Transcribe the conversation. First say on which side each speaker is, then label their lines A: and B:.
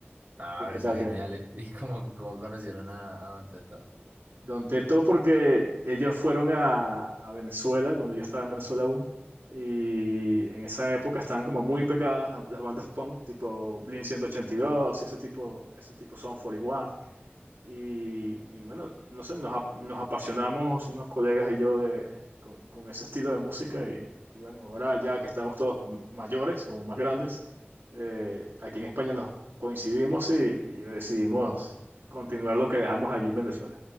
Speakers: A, on the right; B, on the right.
A: Ah,
B: ¿Tú
A: pero
B: qué
A: está
B: tal,
A: genial.
B: qué?
A: <laughs> ¿Y y cómo, cómo conocieron a, a Don Teto?
B: Don Teto, porque ellos fueron a, a Venezuela, cuando yo estaba en Venezuela aún, y en esa época estaban como muy pegadas la- las, bandas punk, tipo Blink ciento ochenta y dos y ese tipo, ese tipo Son 41. Y, y bueno, no sé, nos, ap- nos apasionamos unos colegas y yo de, con, con ese estilo de música y, y bueno, ahora ya que estamos todos m- mayores o más grandes, eh, aquí en España nos coincidimos y, y decidimos continuar lo que dejamos allí en Venezuela,